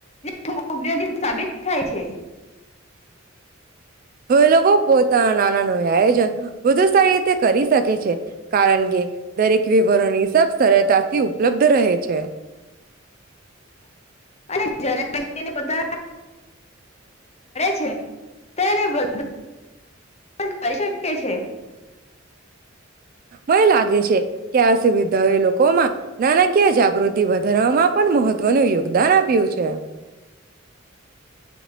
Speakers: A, on the left; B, on the right.
A: છે ઉપયોગી સાબિત થાય છે.
B: હવે લોકો પોતાના નાનાનું આયોજન વધુ સારી રીતે કરી શકે છે કારણ કે દરેક વિવરણની સબ સરળતાથી ઉપલબ્ધ રહે છે.
A: અને જ્યારે વ્યક્તિને <inaudible> મળે છે તેને વ <inaudible> કરી શકે છે.
B: મને લાગે છે કે આ સુવિધાઓએ લોકોમાં નાણાકીય જાગૃતિ વધારવામાં પણ મહત્વનું યોગદાન આપ્યું છે.